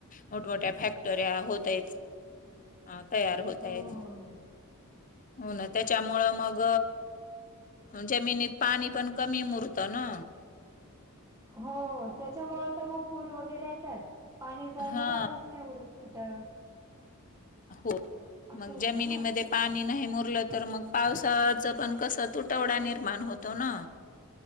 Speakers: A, on the left; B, on the right.
A: मोठमोठ्या. फॅक्टऱ्या होत आहेतच. अ तयार होत
B: हो
A: आहेत हो ना त्याच्यामुळ मग. ग जमिनीत पाणी पण कमी मुरत ना.
B: हो त्याच्यामुळे तर मग पूर वगैरे येतात पाणी जायला
A: हा
B: जागाच नाही उरत कुठं.
A: हो
B: असं
A: मग
B: होतं
A: जमिनीमध्ये
B: ना
A: पाणी नाही मुरलं तर मग पावसाचं पण कसं तुटवडा निर्माण होतो ना.